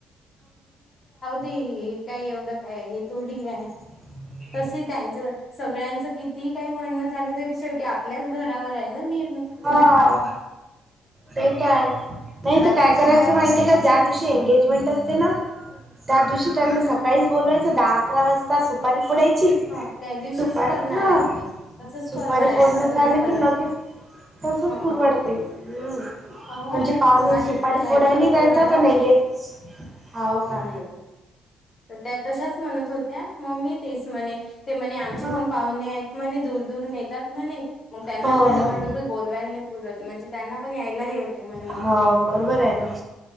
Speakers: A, on the left; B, on the right.
A: ते हे काय एवढं काय हे थोडी हाय
B: <unintelligible>
A: तसय त्यांचं सगळ्यांचं कितीही काही म्हणणं झालं तरी शेवटी आपल्याच घरावर हाय ना नि
B: हा ते तर आहे. नाही
A: बाकीचे
B: तर काय करायचं माहिती
A: फक्त येतील
B: का ज्या दिवशी एंगेजमेंट असते ना त्या दिवशी त्यांना
A: हम्म
B: सकाळीच बोलावायच दहा अकरा वाजता सुपारी फोडायची
A: ह त्या दिवशीच
B: सुपारी
A: करणार
B: हा
A: आहे ते तसच
B: सुपारी
A: करणार आहे
B: फोडण
A: आता
B: झालं
A: तसं ठरव
B: की लगेच तसच
A: ह
B: पुरवडते हम्म.
A: हो
B: म्हणजे पाव्हणे
A: आज
B: सुपारी
A: त्याच्या
B: फोडायला
A: आईचा
B: निघायचा
A: फोन आला
B: का
A: होता
B: नाही एंगेज हव का.
A: हम्म तर त्या तशाच म्हणत होत्या म्ममी तेच म्हणे ते म्हणे आमचे
B: हो
A: पण पाहुणे आहेत म्हणे दूर दूरून येतात म्हणे मग त्यांना
B: हो
A: पण
B: हो
A: डबल डबल बोलवायला नाही पुरत म्हणजे त्यांना पण यायला हे होते म्हणे म.
B: हो बरोबर आहे ना.